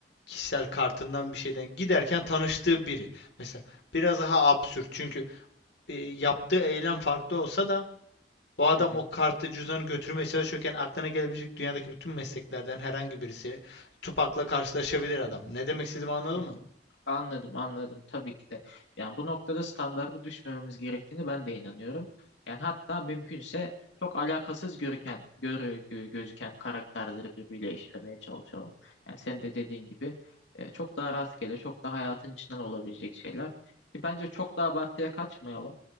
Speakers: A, on the left; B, on the left.
A: kişisel kartından bir şeyden giderken tanıştığı biri. Mesela biraz daha absürt çünkü e, yaptığı eylem farklı olsa da o adam
B: <laughs>
A: o kartı cüzdanı götürmeye çalışırken aklına gelebilecek dünyadaki bütün mesleklerden herhangi birisi Tupak'la karşılaşabilir adam. Ne demek istediğimi anladın
B: Hı hı.
A: mı?
B: Anladım, anladım. Tabii ki de. Yani bu noktada standarda düşmememiz gerektiğini ben de inanıyorum. Yani hatta mümkünse çok alakasız görüken, görü, gö- gözüken karakterleri birbiriyle işlemeye çalışalım. Yani sen de dediğin gibi e, çok daha rastgele, çok daha hayatın içinden olabilecek şeyler. Ki bence çok da abartıya kaçmayalım.